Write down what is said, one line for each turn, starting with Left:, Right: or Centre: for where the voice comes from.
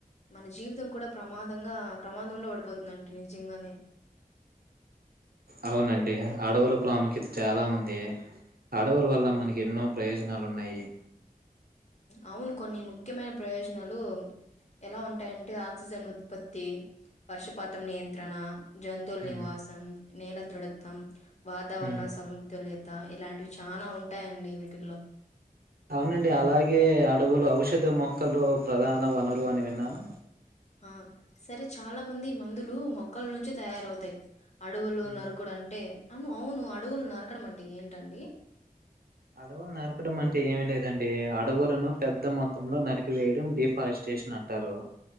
Left: మన జీవితం కూడా ప్రమాదంగా ప్రమాదంలో పడిపోతుందండి నిజంగానే
Right: అవునండి అడవుల ప్రాముఖ్యత చాలా ఉంది అడవుల వల్ల
Left: మ్మ్
Right: మనకి ఎన్నో ప్రయోజనాలు ఉన్నాయి
Left: అవును కొన్ని ముఖ్యమైన ప్రయోజనాలు ఎలా ఉంటాయంటే ఆక్సిజన్ ఉత్పత్తి వర్షపాతం నియంత్రణ జంతువుల
Right: ఉమ్,
Left: నివాసం నేల దృఢత్వం వాతావరణ
Right: ఉమ్.
Left: సతుల్య ఇలాంటివి చాల ఉంటాయండి వీటిల్లో
Right: అవునండి అలాగే అడవులు ఔషధ మొక్కలు ప్రధాన వనరు అని విన్నాను
Left: ఆ సరే చాలా మంది ఈ మందులు మొక్కల నుంచి తయారవుతాయి అడవులు
Right: ఉమ్.
Left: నరుకుడుంటే అవును అవును అడవులు నరకడం అంటే ఏంటండి
Right: అడవులు నరకడం అంటే ఏమి లేదండి అడవులను పెద్ద మొత్తంలో నరిక వేయడం డిఫారెస్టేషన్ అంటారు